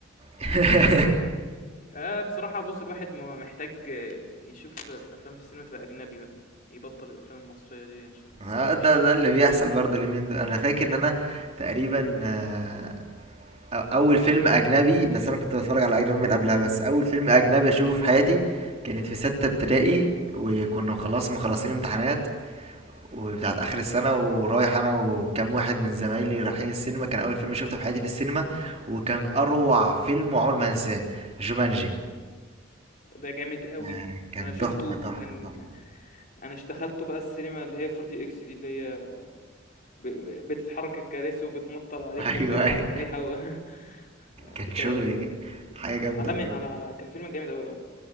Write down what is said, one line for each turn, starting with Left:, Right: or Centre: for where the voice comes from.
Right: <laughs>
Left: آه بصراحة بُص الواحد ما محتاج آه، يشوف في أفلام في السينما تبقى أجنبي بقى، يبطّل الأفلام المصرية دي عشان
Right: ها
Left: بقت
Right: ده
Left: مش حلوة
Right: ده
Left: الصراحة،
Right: اللي بيحصل برضه اليومين دول انا فاكر ان انا تقريبا آه، أو- اول فيلم اجنبي بس انا كنت بتفرج على اجنبي من قبلها بس اول فيلم اجنبي اشوفه في حياتي كانت في ستة ابتدائي وكنا خلاص مخلصين امتحانات وبتاعت اخر السنة ورايح انا وكام واحد من زمايلي رايحين السينما كان اول فيلم شفته في حياتي في السينما وكان اروع فيلم وعمر ما هنساه جومانجي
Left: ده جامد أوي،
Right: آه، كان
Left: أنا شُفته
Right: تحفة
Left: وكان
Right: تحفة تحفة
Left: أنا ش دخلته بقى السينما اللي هي 4DX دي إكس دي، اللي هي ب ب بتتحرك الكراسي وبتمطّر عليك
Right: <laughs> ايوه
Left: وتطلّع
Right: ايوه
Left: لك ريحة و <laughs>
Right: كان شغل
Left: ك ك
Right: حاجة جامدة
Left: عالمي
Right: بجد
Left: على كان فيلم جامد أوي آه،